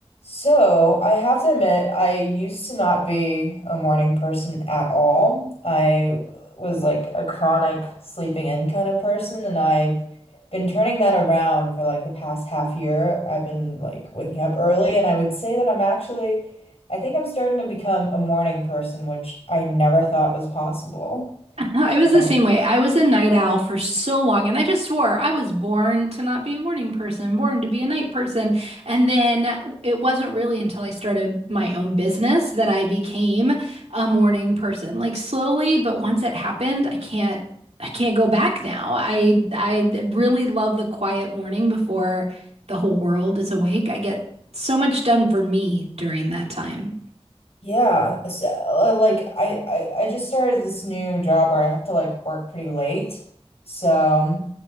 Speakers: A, on the left (about 75°); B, on the right (about 80°).
A: So, I have to admit, I used to not be a morning person at all. I was like a chronic sleeping in kind of person, and I've been turning that around for like the past half year. I've been like waking up early, and I would say that I'm actually, I think I'm starting to become a morning person, which I never thought was possible.
B: <laughs> I was the
A: Oh.
B: same way. I was a night owl for so long, and I just swore I was born to not be a morning person, born to be a night person. And then it wasn't really until I started my own business that I became a morning person. Like slowly, but once it happened, I can't I can't go back now. I I really love the quiet morning before the whole world is awake. I get so much done for me during that time.
A: Yeah, so, uh, like I, I I just started this new job where I have to like work pretty late. So,